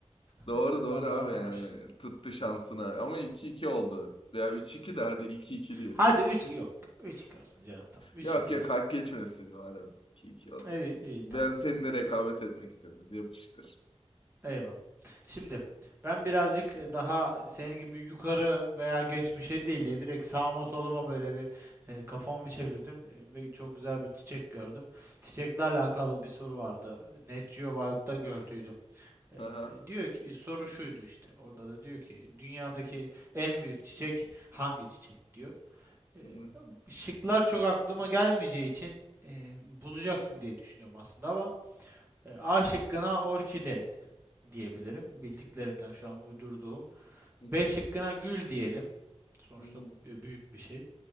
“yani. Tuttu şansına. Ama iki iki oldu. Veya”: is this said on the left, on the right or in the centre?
Left